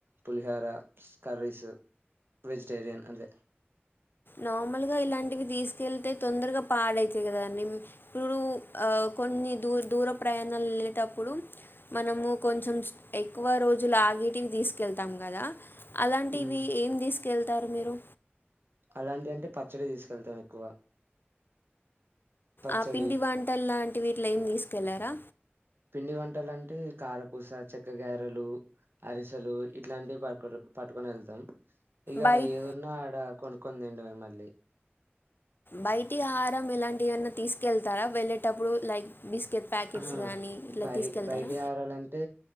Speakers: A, on the right; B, on the left.
A: పులిహర కర్రీసు వెజిటేరియన్ అంతే
B: నార్మల్ గా ఇలాంటివి తీసుకెళ్తే తొందరగా పాడైతాయి కదా అండి ఇప్పుడు కొన్ని దూ దూర ప్రయాణాలు వెళ్ళేటప్పుడు
A: ఉ
B: మనము కొంచెం ఎక్కువ రోజులు ఆగేటివి తీసుకెళ్తాం కదా అలాంటివి
A: ఉమ్,
B: ఏం తీసుకెళ్తారు మీరు
A: అలాంటి అంటే పచ్చడి తీసుకెళ్తాం ఎక్కువ పచ్చడి
B: ఆ పిండి వంటలు లాంటి ఇట్లా ఏమి తీసుకెళ్లరా
A: పిండి వంటలంటే కారపూస చెక్క గారెలు అరిసెలు ఇట్లాంటివి పట్టు పట్టుకొని వెళ్తాం ఇగ
B: బయట
A: ఏదున్నా ఆడ కొనుక్కొని తినడమే మళ్లీ
B: బయటి ఆహారం ఇలాంటి ఏవన్నా తీసుకెళ్తారా వెళ్ళేటప్పుడు లైక్ బిస్కెట్ ప్యాకెట్స్
A: ఆ
B: కానీ ఇట్లా
A: బయ
B: తీసుకెళ్తారా
A: బయటిహారాలంటే